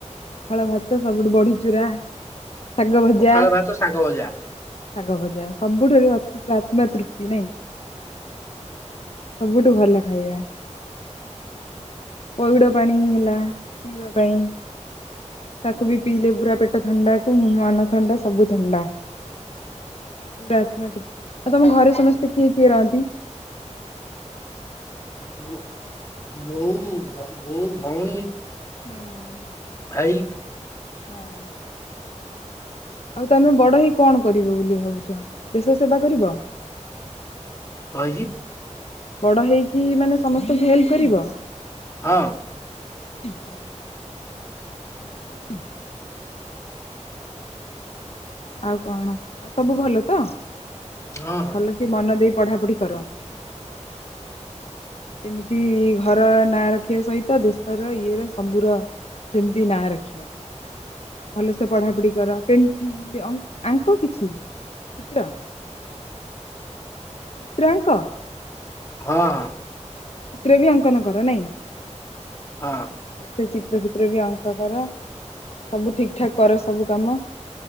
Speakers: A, on the left; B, on the left.
A: ଖାଳ ଭାତ ସବୁଠୁ ବଢିଚୁରା ଶାଗ ଭଜା
B: ପଖାଳ
A: ଶାଗ
B: ଭାତ ଭଜା।
A: ଭଜା ସବୁଠାରୁ ଅତି ପୂରା ଆତ୍ମା ତୃପ୍ତି ନାଇଁ? ସବୁଠୁ ଭଲ ଖାଇବା। ପଇଡ଼ ପାଣି ହେଲା ପିଇବା ପାଇଁ। ତାକୁ ବି ପିଇଲେ ପୁରା ପେଟ ଥଣ୍ଡା କୁ ମାନ ଥଣ୍ଡା ସବୁ ଥଣ୍ଡା। ପୂରା ଆତ୍ମା ତୃପ୍ତି ଆଉ ତମ ଘରେ ସମସ୍ତେ କିଏ କିଏ ରହନ୍ତି?
B: ମୁଁ ମୁଁ ଭଉ ବୋଉ ଭଉଣୀ
A: ହୁଁ ହୁଁ।
B: ଭାଇ
A: ହୁଁ ହୁଁ। ଆଉ ତମେ ବଡ ହେଇ କଣ କରିବ ବୋଲି ଭାବୁଚ ଦେଶ ସେବା କରିବ?
B: କଂ ହେଇଚି?
A: ବଡ ହେଇକି ମାନେ ସମସ୍ତଙ୍କୁ ହେଲ୍ପ କରିବ
B: ହଁ
A: ହଁ ହୁଁ ଆଉ କଣ ଆଉ ସବୁ ଭଲ ତ
B: ହଁ
A: ଭଲ ମନ ଦେଇ ପଢାପଢ଼ି କର ଯେମିତି ଘର ନାଁ ରଖିବା ସହିତ ଦେଶର ଇଏ ର ସବୁର ସେମତି ନାଁ ରଖିବା ଭଲସ ପଢା ପଢି କର ଆଙ୍କ କିଛି ଚିତ୍ର ତୟଙ୍କ
B: ହଁ ହଁ
A: ଚିତ୍ର ବି ଅଙ୍କନ କର ନାଇଁ
B: ହଁ।
A: ସେ ଚିତ୍ର ଭିତ୍ର ବି ଅଙ୍କ କର ସବୁ ଠିକ୍ ଠାକ୍ କର ସବୁ କାମ